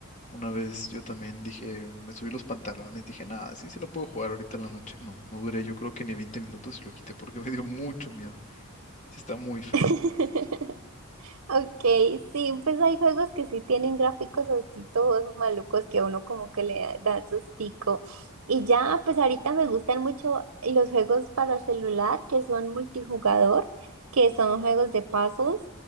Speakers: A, on the left; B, on the right.
A: Una vez yo también dije, me subí los pantalones, dije, nada, sí, sí lo puedo jugar ahorita en la noche. No, no duré, yo creo que ni 20 minutos y lo quité porque <laughs> me dio mucho miedo. Sí, está muy feo.
B: <laughs> Ok, sí, pues hay juegos que sí tienen gráficos así todos malucos que a uno como que le dan sustico. Y ya, pues ahorita me gustan mucho los juegos para celular que son multijugador, que son juegos de puzzles,